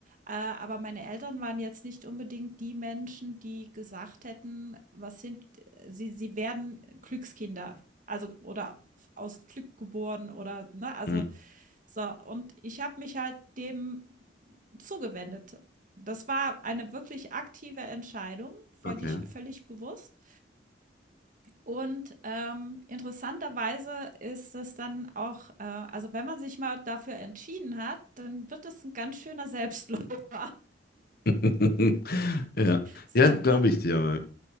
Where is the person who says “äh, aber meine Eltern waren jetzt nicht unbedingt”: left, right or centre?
Right